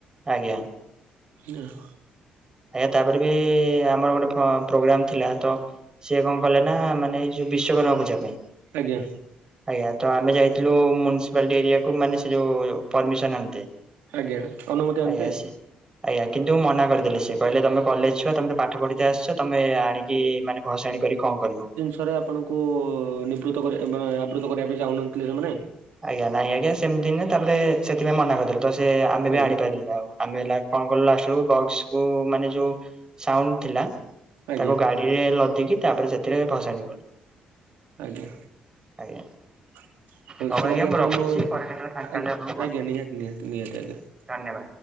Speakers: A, on the right; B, on the right.
A: ଆଜ୍ଞା।
B: ନେହ
A: ଆଜ୍ଞା ତାପରେ ବି ଆମର ଗୋଟେ ଫ- ପ୍ରୋଗ୍ରାମ ଥିଲା ତ ସିଏ କଣ କଲେ ନା ମାନେ ଏଇ ଯୋଉ ବିଶ୍ଵକର୍ମା ପୂଜା ପାଇଁ।
B: ଆଜ୍ଞା।
A: ଆଜ୍ଞା ତ ଆମେ ଯାଇଥିଲୁ ମୁନିସିପାଲିଟି ଏରିଆକୁୁ ମାନେ ସେ ଯୋଉ ପରମିସନ୍ ଆଣିତେ।
B: ଆଜ୍ଞା ଅନୁମତି
A: ଆଜ୍ଞା
B: ଆଣିତେ।
A: ସେ ଆଜ୍ଞା କିନ୍ତୁ ମନା କରିଦଲେ ସେ। କହିଲେ ତୋମେ କଲେଜ୍ ଛୁଆ ତୋମେ ତ ପାଠ ପଢିତେ ଆସ ତୋମେ ଆଣିକି ମାନେ ଭସାଣି କରି କଣ କରିବ?
B: ଥରେ ଆପଣଙ୍କୁ ନିବୃତ୍ତ କରିବା ଏ ମାନେ ଆବୃତ କରିବା ପାଇଁ ଚାହୁଁ ନଥିଲେ ସେମାନେ।
A: ଆଜ୍ଞା ନାଇଁ ଆଜ୍ଞା ସେମିତି ନୁହେଁ। ତାପରେ ସେଥିପାଇଁ ମନା କରିଦେଲେ ତ ସେ ଆମେ
B: ଆଜ୍ଞା।
A: ବି ଆଣିପାରି ଆଉ ଆମେ ହେଲା କଣ କଲୁୁ ଲାଷ୍ଟ କୁ ବକ୍ସ କୁ ମାନେ ଯୋଉ ସାଉଣ୍ଡ ଥିଲା
B: ଆଜ୍ଞା
A: ତାକୁ ଗାଡିରେ ଲଦିକି ତାପରେ ସେଥିରେ ଭସାଣି କଲୁ।
B: ଆଜ୍ଞା।
A: ଆଜ୍ଞା।
B: <inaudible> ହୁସରେ
A: ହଉ
B: ଆଜ୍ଞା ଥରେ
A: ରଖୁଛି
B: ମୁଁ <inaudible>
A: ପରେ କେତେବେଳେ ଫାଙ୍କା
B: ଆଜ୍ଞ,
A: ହେଲେ ଆପଣଙ୍କୁ କଲ୍
B: ଆଜ୍ଞା
A: କରିବି
B: ନିହାତି, ନିହାତି, ନିହାତି ଆଜ୍ଞା। <inaudible>
A: ଧନ୍ୟବାଦ।